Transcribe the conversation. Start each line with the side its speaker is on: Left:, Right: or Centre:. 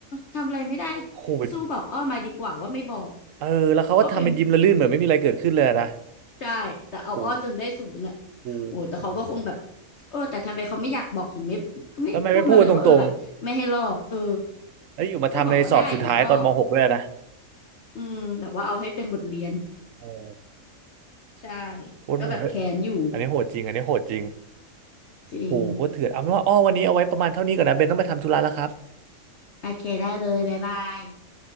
Left: ทำอะไรไม่ได้
Right: โอ้โหเป็น
Left: สู้บอกอ้อมาดีกว่าว่าไม่บอก
Right: เออแล้วเขาก็ทำเป็นยิ้มละลื่นเหมือนไม่มีอะไรเกิดขึ้นเลยอะนะ
Left: อ้อเป็นใช่แต่เอาอ้อจนได้ศูนย์อ่ะ
Right: โอ้โหโอ้โห
Left: โอ้แต่เขาก็คงแบบเออแต่ทำไมเขาไม่อยากบอกถึงไม่ก็ไม่พูดมาเลยว่าเออแบบไม่ให้ลอกเออ
Right: แล้วทำไมไม่พูดตรงๆแล้วอยู่มาทำในสอบสุดท้ายตอนม
Left: ก็บอกว่าได้ดิอ้อ
Right: .6 ด้วยอะนะ
Left: อืมแบบว่าเอาให้เป็นบทเรียน
Right: โอ้
Left: ใช่
Right: โคตรโหดเลย
Left: ก็แบบแค้นอยู่
Right: อันนี้โหดจริง อันนี้โหดจริง
Left: จริง
Right: โอ้โหโคตรเถื่อนเอาเป็นว่าอ้อวันนี้เอาไว้ประมาณเท่านี้ก่อนนะเบนต้องไปทำธุระแล้วครับ
Left: โอเคได้เลยบ๊ายบาย